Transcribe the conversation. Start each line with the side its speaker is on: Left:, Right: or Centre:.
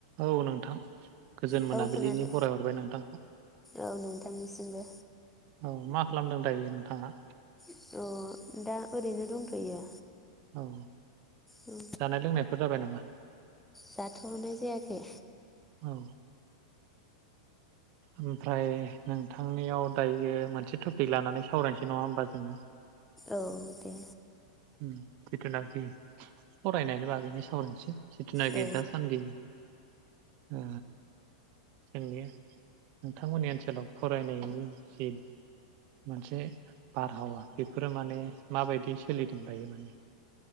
Right: औ नोंथां। गोजोन
Centre: औ
Right: मोनाबिलिनि
Centre: खोनादों
Right: बराय हरबाय नोंथांखौ।
Centre: औ नोंथांनिसिमबो
Right: औ मा खालामदों दायो नोंथाङा?
Centre: अ दा ओरैनो दंथ'यो।
Right: औ।
Centre: औ
Right: जानाय लोंनायफोर जाबाय नामा
Centre: जाथ'नाय जायाखै
Right: औ। ओमफ्राय नोंथांनियाव दायो मोनसे टपिक लानानै सावरायनोसै नङा होमबा जोङो।
Centre: औ दे।
Right: उम जिथुनाखि फरायनायनि बागैनो सावरायनोसै। जिथिना खि
Centre: औ
Right: दासानदि ओ जोंनि नोंथांमोननि ओनसोलाव फरायनायनि जि मोनसे बारहावा बेफोरो माने माबायदि सोलिदोंं दायो माने।